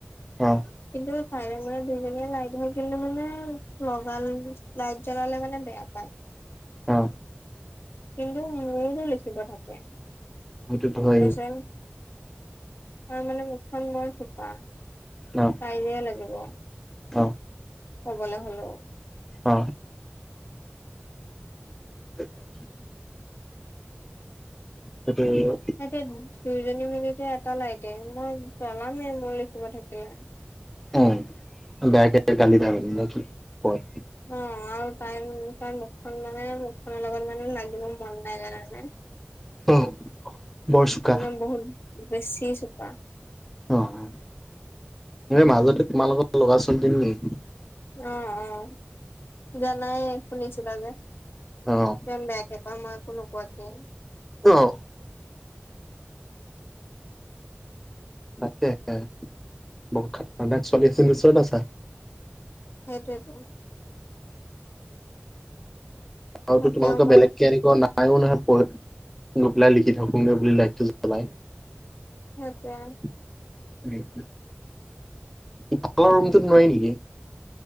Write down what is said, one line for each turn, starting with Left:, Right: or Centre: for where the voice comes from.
Centre: অ।
Left: কিন্তু তাই মানে দুইজনীয়ে লাইট হৈ কিন্তু মানে লগালে, লাইট জ্বলালে মানে বেয়া পায়। <inaudible>
Centre: অ'।
Left: কিন্তু মোৰটো লিখিব থাকে।
Centre: সেইটোতো হয়েই
Left: তাৰপিছত, তাই মানে মুথ‌ খন বৰ চোকা।
Centre: অ।
Left: কাইযিয়া লাগিব
Centre: অ।
Left: ক'বলে হলেও।
Centre: অ। <inaudible> সেইটো <unintelligible>
Left: এ এতিয়া দুইজনী মিলিতে এটা লাইটে, মই জ্বলামেই মোৰ লিখিব থাকিলে।
Centre: উম বেয়াকে গালি <unintelligible> দি থাকে নেকি তোক কয়?
Left: অ আৰু তাই, তাই মুখখন মানে মুখখনৰ লগত লাগিব মন নাই, জানানে।
Centre: অ বৰ চোকা
Left: তাৰমানে বহুত, বেছি চোকা।
Centre: অ', মাজতে তোমালোকৰ লগত লগা ছোৱালীজনী নেকি?
Left: অ-অ, জানাই শুনিছিলা যে!
Centre: অ'।
Left: ইমান বেয়াকে কয় মই একো নোকোৱাকেই।
Centre: অ <unintelligible> বাদ দে, <unintelligible> বহুত খাতাৰ্নাক ছোৱালী এজনীৰ ওচৰত আছা।
Left: সেইটোৱেইটো।
Centre: আৰু টো
Left: এতিয়াও
Centre: তোমোলোকে
Left: মই
Centre: বেলেগ কেনেকুৱা পায়ো নহয় পঢ়, গৈপেলাই লিখি থাকোগে বুলি, লাইটটো জ্বলাই।
Left: <unintelligible>
Centre: <unintelligible> ইফালৰ ৰুমতোট নোৱাৰি নেকি।